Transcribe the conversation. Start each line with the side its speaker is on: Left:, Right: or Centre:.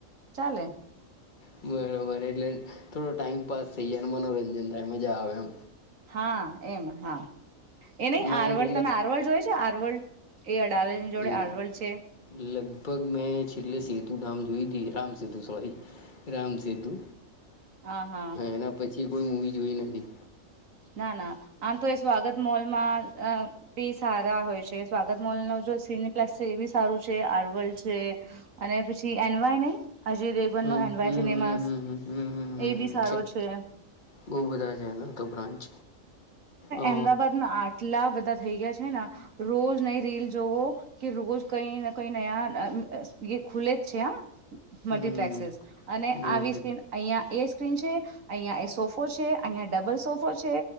Right: ચાલે
Left: બરોબર એટલે થોડો ટાઈમ પાસ થઈ જાય અને મનોરંજન થાય મજા આવે એમ
Right: હા એમ હા એ નહી
Left: માઇન્ડ
Right: આરવલ તમે આરવલ જોય છે આરવલ એ અડાલજની જોડે
Left: હમ્મ
Right: આરવલ છે
Left: લગભગ મેં છેલ્લે સેતુ ધામ જોઈ રામ સતુ સોરી રામ સતુ
Right: હા હા
Left: એના પછી થી કોઈ મૂવી જોઈ નથી
Right: ના ના આમ તો એ સ્વાગત મોલમાં અ બી સારા હોય છે સ્વાગત મોલ નો સિનપ્લેસ છે એ બી સારું છે આર્વલ છે અને પછી એનવાય નહી અજય દેવન
Left: હમ
Right: ન એડવાય
Left: હમ
Right: સિનેમાઝ
Left: હમ હમ હમ હમ હમ હમ
Right: એ બી
Left: હમ
Right: સારો છે
Left: બહુ બધા છે એના તો બ્રાન્ચ અ
Right: અમદાવાાદમાં આટલા બધા થઈ ગયા છે રોજ નઈ રીલ જોવ કે રોજ કઈ કઈ ન ખુલે જ છે હ મલ્ટપ્લેક્સસ.
Left: હમ
Right: અને
Left: મળી
Right: આવી સ્ક્રીન અહિયાં એ સ્ક્રીન છે અહિયાં એ સોફો છે અહિયાં ડબલ સોફો છે